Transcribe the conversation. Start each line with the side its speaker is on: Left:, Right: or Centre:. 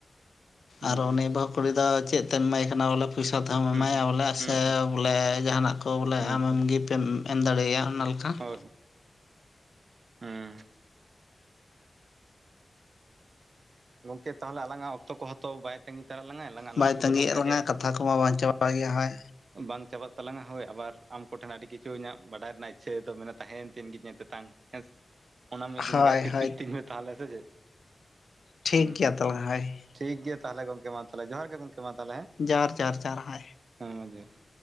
Right: ᱦᱩᱸ
Left: ᱟᱨ ᱩᱱᱤ ᱵᱟᱹᱦᱩ ᱠᱩᱲᱤ ᱫᱚ ᱪᱮᱫ ᱛᱮᱢ ᱮᱢᱟᱭ ᱠᱟᱱᱟ ᱵᱚᱞᱮ ᱼᱼ ᱯᱚᱭᱥᱟ ᱛᱮᱦᱚᱸᱚᱢ
Right: ᱦᱩᱸ
Left: ᱮᱢᱟᱭᱟ ᱵᱚᱞᱮ
Right: ᱦᱩᱸ
Left: ᱥᱮ
Right: ᱦᱩᱸ
Left: ᱵᱚᱞᱮ ᱡᱟᱦᱟᱱᱟᱜ ᱠᱚ ᱵᱚᱞᱮ
Right: ᱦᱩᱸ
Left: ᱟᱢᱮᱢ ᱜᱤᱯᱷᱴᱮᱢ ᱮᱢ ᱫᱟᱲᱮᱣᱟᱭᱼᱟ। <unintelligible>
Right: ᱚ <inaudible> ᱦᱮᱸ ᱜᱚᱝᱠᱮ ᱛᱟᱦᱚᱞᱮ ᱟᱞᱟᱝᱼᱟᱜ ᱚᱠᱛᱚ ᱠᱚ ᱦᱚᱛᱚ ᱵᱟᱭ ᱼᱼ ᱛᱟᱺᱜᱤ ᱛᱟᱸᱲᱟᱜ ᱞᱟᱝᱼᱟᱭ ᱟᱞᱟᱝᱼᱟᱜ
Left: ᱵᱟᱭ
Right: ᱚᱠᱛᱚ
Left: ᱛᱟᱺᱜᱤᱭᱮᱫ
Right: ᱫᱚ ᱱᱚᱝᱠᱟ
Left: ᱞᱟᱝᱟ
Right: ᱜᱮ᱾
Left: ᱠᱟᱛᱷᱟ ᱠᱚᱢᱟ ᱵᱟᱝ ᱪᱟᱵᱟᱜ ᱜᱮᱭᱟ ᱦᱳᱭ
Right: ᱵᱟᱝ ᱪᱟᱵᱟᱜ ᱛᱟᱞᱟᱝᱼᱟ ᱦᱳᱭ ᱟᱵᱟᱨ ᱟᱢ ᱠᱚ ᱴᱷᱮᱱ ᱟᱹᱰᱤ ᱠᱤᱪᱷᱩ ᱤᱧᱟᱹᱜ ᱵᱟᱰᱟᱭ ᱨᱮᱱᱟᱜ ᱤᱪᱪᱷᱟᱹ ᱫᱚ ᱢᱟᱱᱮ ᱛᱟᱦᱮᱭᱮᱱ ᱛᱤᱱ ᱜᱤ ᱤᱧᱟᱹᱜ ᱛᱮᱛᱟᱝ ᱾ ᱦᱮᱸ ᱥᱮ ᱚᱱᱟ ᱢᱤᱫ ᱫᱤᱱ
Left: ᱦᱳᱭ
Right: ᱜᱟᱱ ᱛᱤᱨᱯᱤᱛ
Left: ᱦᱳᱭ
Right: ᱛᱤᱧ ᱢᱮ ᱛᱟᱦᱚᱞᱮ ᱥᱮ ᱪᱮᱫ?
Left: ᱴᱷᱤᱠ
Right: ᱦᱩᱸ
Left: ᱜᱮᱭᱟ ᱛᱟᱞᱦᱮ ᱦᱳᱭ ᱾
Right: ᱴᱷᱤᱠ ᱜᱮᱭᱟ ᱛᱟᱦᱚᱞᱮ ᱜᱚᱢᱠᱮ ᱢᱟ ᱛᱟᱦᱚᱞᱮ ᱡᱚᱦᱟᱨ ᱜᱮ ᱜᱚᱢᱠᱮ ᱢᱟ ᱛᱟᱦᱚᱞᱮ ᱦᱮᱸ
Left: ᱡᱚᱦᱟᱨ ᱡᱚᱦᱟᱨ ᱡᱚᱦᱟᱨ ᱦᱳᱭ
Right: ᱦᱮᱸ ᱢᱟ ᱡᱚᱦᱟᱨ ᱜᱮ᱾